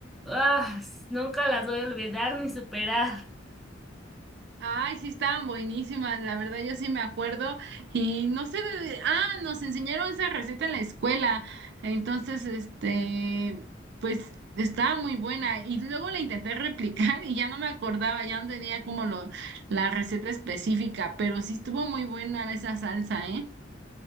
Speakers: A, in the centre; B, on the right (about 65°).
A: Ah, s- nunca las voy a olvidar ni superar.
B: Ay, sí, estaban buenísimas, la verdad yo sí me acuerdo y no sé de... Ah, nos enseñaron esa receta en la escuela, entonces, este, pues estaba muy buena y luego la intenté <laughs> replicar y ya no me acordaba, ya no tenía como lo, la receta específica, pero sí estuvo muy buena esa salsa, ¿eh?